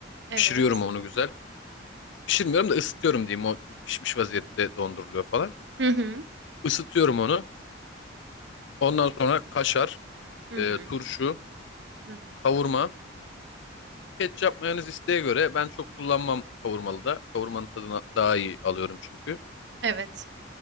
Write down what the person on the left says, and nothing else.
Pişiriyorum onu güzel. Pişirmiyorum da ısıtıyorum diyeyim. O pişmiş vaziyette donduruluyor falan.
Isıtıyorum onu. Ondan sonra kaşar,
e,
turşu,
kavurma. Ketçap mayonez isteğe göre ben çok kullanmam kavurmalı da. Kavurmanın tadını daha iyi alıyorum çünkü.